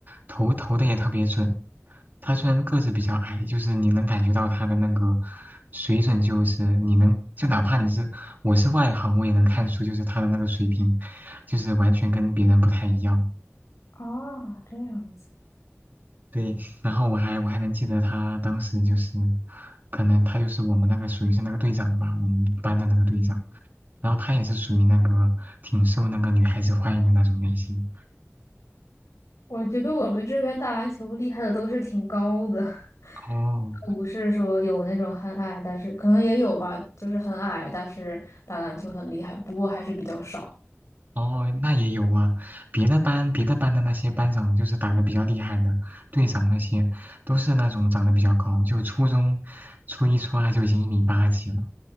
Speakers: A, on the right; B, on the left.
A: 投投的也特别准。他虽然个子比较矮，就是你能感觉到他的那个水准，就是你能就哪怕你是我是外行，我也能看出就是他的那个水平，就是完全跟别人不太一样。
B: 啊，这样子。
A: 对，然后我还我还能记得他当时就是，可能他就是我们那个属于是那个队长吧，我们班的那个队长。然后他也是属于那个挺受那个女孩子欢迎的那种类型。
B: 我觉得我们这边打篮球厉害的都是挺高的，<laughs>
A: 哦，
B: 不是说有那种很矮，但是可能也有吧，就是很矮，但是打篮球很厉害，不过还是比较少。
A: 哦，那也有啊，别的班别的班的那些班长就是打的比较厉害的，队长那些都是那种长得比较高，就初中初一初二就已经一米八几了，